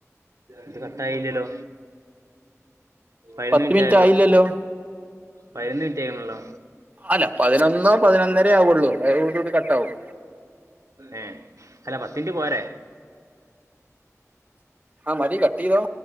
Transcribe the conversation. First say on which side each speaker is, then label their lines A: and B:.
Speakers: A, on the right; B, on the right.
A: ഇത് കട്ടായില്ല്യല്ലോ പയ്നൊന്ന്
B: പത്ത്
A: മിൻറ്റായല്ലോ
B: മിനിറ്റ് ആയില്ലല്ലോ
A: പയ്നൊന്ന് മിൻറ്റായ്ണല്ലോ
B: അല്ല പതിനൊന്നോ പതിനൊന്നരേ ആവാെള്ളൂ അതോട് കൂടി കട്ടാവും
A: ഏഹ് അല്ല പത്തിൻറ്റ് പോരെ
B: ആഹ് മതി കട്ടെയ്തോ